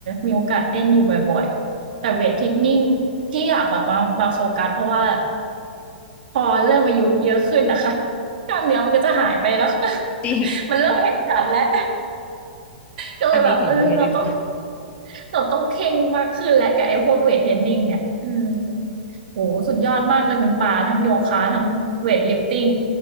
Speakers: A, on the right; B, on the left.
A: มีโอกาสเต้นอยู่บ่อยๆแต่เวตเทรนนิงที่อยากแบบมามาโฟกัสเพราะว่าพอเริ่มอายุเยอะขึ้นน่ะค่ะ <laughs> กล้ามเนื้อมันก็จะหายไปเนาะ <laughs>
B: จริง
A: มันเริ่มเห็นชัดแล้วก็เลยแบบเออเราต้อง
B: อันนี้เห็นด้วยเลยค่ะ
A: เราต้องเคร่งมากขึ้นแหละกับไอ้พวกเวตเทรนนิงเนี่ยอืมโอ้โฮสุดยอดมากเลยคุณปาทั้งโยคะทั้งเวตลิฟติง